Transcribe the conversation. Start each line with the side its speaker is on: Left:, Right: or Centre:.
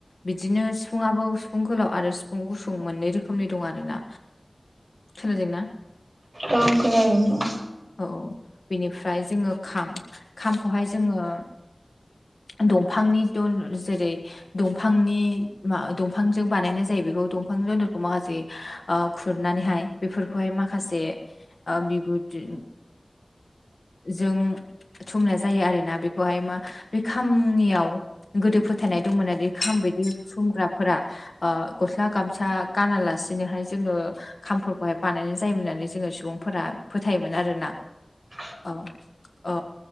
Left: बिदिनो सिफुंयाबो सिफुं गोलाव आरो सिफुं गुसुं मोननै रोखोमनि दं आरोना खोनादोंना? <inaudible>
Right: औ खोनादों नोंथां
Left: औ औ बिनिफ्राय जोङो खाम खामखौहाय जोङो दंफांनि दन जेरै दंफांनि मा दंफांजों बानायनाय जायो बेखौ दंफां <unintelligible> माखासे ओ खुरनानैहाय बेफोरखौहाय माखासे ओ बिगुर <unintelligible> जों धुमनाय जायो आरोना बे खौहाय मा बे खामनियाव गोदो फोथायनाय दंमोन बे खाम बायदि धुमग्राफोरा ओ गस्ला गामसा गानालासिनोहाय जोङो खामफोरखौहाय बानायनाय जायोमोन होननानै जोङो सुबुं फोरा फोथायोमोन आरोना
Right: <inaudible>
Left: ओ ओ